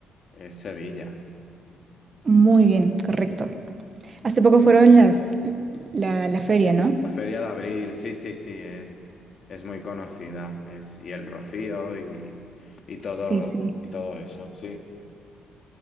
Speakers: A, on the left; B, on the right.
A: Es Sevilla.
B: Muy bien, correcto. Hace poco fueron las, la, la feria, ¿no?
A: La Feria de Abril, sí, sí, sí, es, es muy conocida. Es, y el Rocío y, y todo,
B: Sí, sí.
A: y todo eso, sí.